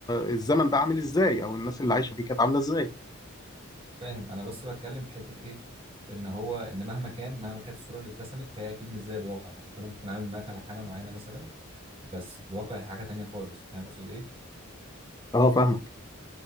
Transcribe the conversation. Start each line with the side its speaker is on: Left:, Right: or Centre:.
Left: الزمن ده عامل ازاي او الناس اللي عايشه فيه كانت عامله ازاي
Right: فاهم انا بس بتكلم في حته ايه ان هو ان مهما كان مهما كانت الصوره اللي اترسمت فهي اكيد مش زي الواقع فانت ممكن تكون عامل دماغك على حاجه معينه مثلا بس في الواقع هي حاجه تانية خالص فاهم اقصد ايه
Left: اه فاهمك